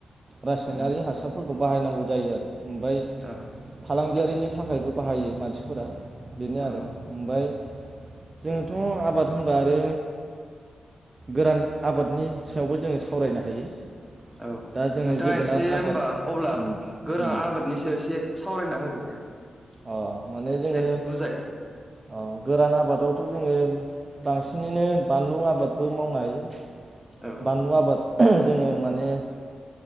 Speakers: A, on the right; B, in the centre.
A: रासायनारि
B: उम
A: हासारफोरखौ बाहायनांगौ जायो आरो ओमफ्राय
B: औ
A: फालांगियारिनि थाखायबो बाहायो मानसिफोरा बेनो आरो
B: औ
A: ओमफ्राय जोङोथ' आबाद होनबा आरो गोरान आबादनि सायावबो जोङो सावरायनो हायो
B: औ
A: दा जोङो
B: नोंथाङा
A: जोगोनार
B: एसे होनोमबा
A: आबाद
B: अब्ला
A: उम
B: गोरां
A: उम
B: आबादनि सायाव एसे सावरायना होगोन दे
A: अ माने जोङो
B: एसे बुजाय
A: अ गोरान आबादावथ' जोङो बांसिनैनो बानलु आबादबो मावनो हायो
B: औ
A: बानलु आबाद। जोङो माने